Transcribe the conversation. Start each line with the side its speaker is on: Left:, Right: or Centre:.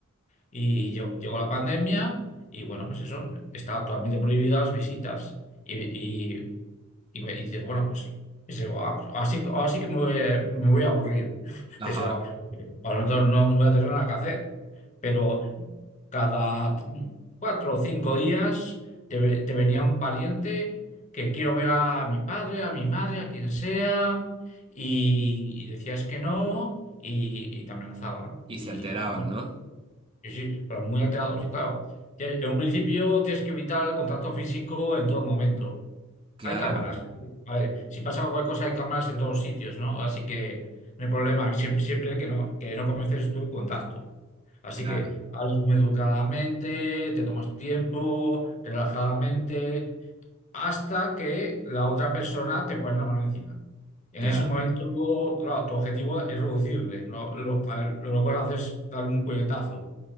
Left: Y lle- llegó la pandemia y bueno, pues eso, está totalmente prohibidas las visitas. Y, y, y me- y dices, bueno, pues pensé, "Ah, pues así, así que me voy, a me voy a aburrir. <laughs> Pensé,
Right: Ajá.
Left: "Ah, bueno, entonces no no voy a tener nada que hacer. Pero cada cuatro o cinco días te, ve- te venía un pariente que quiero ver a mi padre, a mi madre, a quien sea, y, y decías que no. Y, y te amenazaba.
Right: Y
Left: Y
Right: se alteraban,
Left: vamos,
Right: ¿no?
Left: Sí, sí, pero muy alterados Y claro, que en un principio tienes que evitar el contacto físico en todo momento.
Right: Claro,
Left: Hay cámaras. A ver, si pasa cualquier cosa, hay cámaras en todos los sitios, ¿no? Así que no hay problema. Siempre, siempre que no, que no comiences tu contacto. Así
Right: claro.
Left: que hablas muy educadamente, te tomas tu tiempo, relajadamente, hasta que la otra persona te pone la mano encima. En
Right: Claro,
Left: ese momento, claro, tu objetivo es reducirle, ¿no? Lo, a ver, lo que puedes hacer es dar un puñetazo.